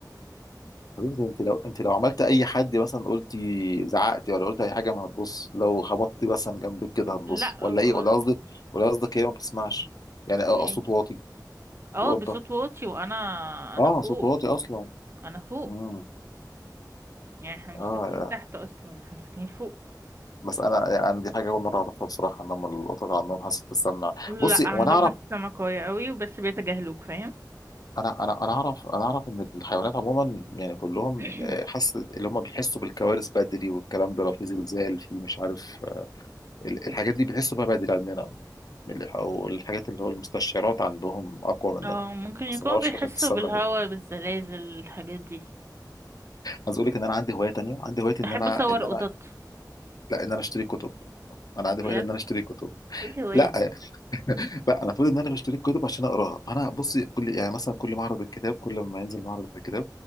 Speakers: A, on the left (about 60°); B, on the right (about 35°).
A: حبيبتي انت لو انت لو عملت اي حد مثلا قلتي زعقتي ولا قلت اي حاجه ما هتبص لو خبطتي مثلا جنبك كده هتبص
B: لا
A: ولا
B: بقول
A: ايه ولا قصدك ولا قصدك هي ما بتسمعش يعني
B: هي
A: اه
B: إيه؟
A: صوت واطي
B: اه
A: القطه
B: بصوت واطي وانا انا
A: اه
B: فوق
A: صوت واطي اصلا
B: انا فوق
A: امم
B: يعني احنا مش
A: اه
B: ساكنين تحت اصلا احنا ساكنين فوق
A: بس انا انا دي حاجه اول مره اعرفها بصراحه ان هم القطط عندهم حاسه السمع
B: لا
A: بصي
B: عندهم
A: هو انا اعرف
B: حته سمع قويه قوي وبس بيتجاهلوك فاهم
A: انا انا انا اعرف انا اعرف ان الحيوانات عموما يعني كلهم
B: <coughs>
A: آه، حاسه اللي هم بيحسوا بالكوارث بدري والكلام ده لو في زلزال في مش عارف آه، ال- الحاجات دي بيحسوا بيها بدري عندنا ال- او الحاجات اللي هو المستشعرات عندهم اقوى مننا
B: اه ممكن يكونوا
A: بس ما اعرفش
B: بيحسوا
A: حاسه السمع
B: بالهوا
A: دي
B: بالزلازل الحاجات دي
A: عايز اقول لك ان انا عندي هوايه تانيه عندي هوايه
B: بحب
A: ان انا
B: اصور
A: ان انا
B: قطط
A: لا ان انا اشتري كتب انا عندي
B: بجد
A: هوايه ان انا اشتري كتب
B: ايه الهواية
A: لا
B: دي
A: لا انا المفروض ان انا بشتري الكتب عشان اقراها فانا بصي كل يعني مثلا كل معرض الكتاب كل ما ينزل معرض الكتاب